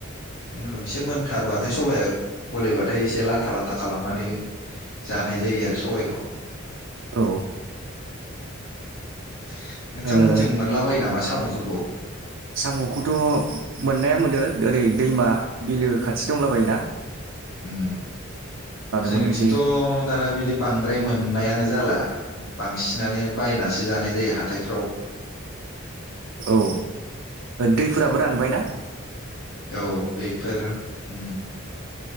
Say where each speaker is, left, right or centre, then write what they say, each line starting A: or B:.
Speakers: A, on the left (about 80°); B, on the right (about 80°).
A: बेनि उनाव एसे मोनथारबाथाय सबाया गलेबाथाय एसे लाथा ला था खालामनानै जानाय जायो आरो सबायखौ।
B: औ
A: <inaudible> नोंथांमोनजों
B: ओ
A: मोनला बायो नामा साम मफोरखौ
B: साम'खौथ मोननाया मोनो ओरै दैमा बिलो खाथि दंला बायोना।
A: उम जोंनिथिंथ
B: मोननाय जायो
A: दाना बिदि बांद्राय मोन मोननायानो जाला बांसिनानो बायनासो जानाय जायो हाथायफ्राव।
B: औ दैफोराबो रानबाय ना।
A: औ दैफोरो उम